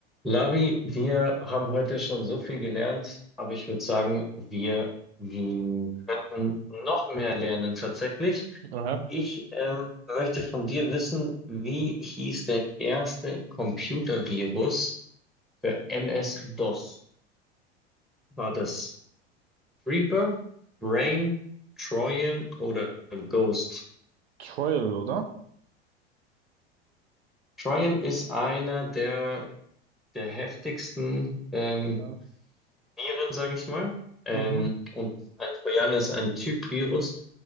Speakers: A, in the centre; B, on the right.
A: Lavi, wir haben heute schon so viel gelernt, aber ich würde sagen, wir mm, könnten noch mehr lernen tatsächlich.
B: Aha,
A: Ich ähm, möchte von dir wissen, wie hieß der erste Computervirus für MS-DOS? War das Reaper, Brain, Trojan oder Ghost?
B: Trial, oder?
A: Trojan ist einer der, der heftigsten ähm,
B: Ja.
A: Viren, sage ich mal. Ähm,
B: Mhm.
A: und ein Trojaner ist ein Typ-Virus,